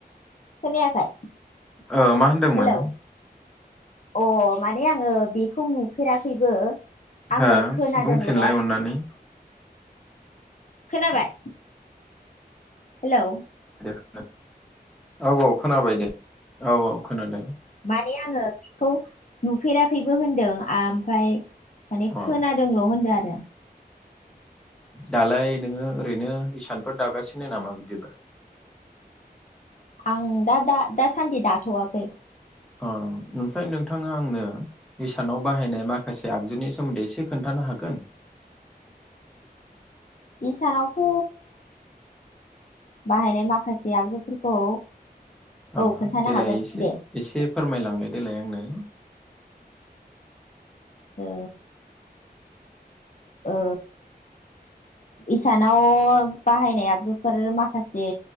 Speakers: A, on the left; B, in the centre.
A: खोनायाखै
B: ओ मा होनदोंमोन
A: हेलौ अ माने आङो बेखौ नुफेराखैबो आङो
B: हो
A: खोनादोंल'
B: बुंफिनलाय
A: आरो
B: अननानै
A: खोनाबाय हेलौ
B: मानि औ औ खोनाबाय दे औ औ खोनादों
A: ने आङो बेखौ नुफेराखैबो होनदों ओमफाय माने
B: अ
A: खोनादोंल' होनदों आरो
B: दालाय नोङो ओरैनो इसानफोर दागासिनो नामा बिदिबा
A: आं दा दासान्दि दाथवाखै
B: अ ओमफ्राय नोंथाङा आंनो इसानाव बाहायनाय माखासे आगजुनि सोमोन्दै एसे खोन्थानो हागोन
A: इसानावथ' बाहायनाय माखासे आगजुफोरखौ
B: औ
A: खोन्थानो
B: देलाय
A: हागोन
B: एसे
A: दे
B: एसे फोरमायलांबाय देलाय आंनो
A: ओ ओ इसानाव बाहायनाय आगजुफोर माखासे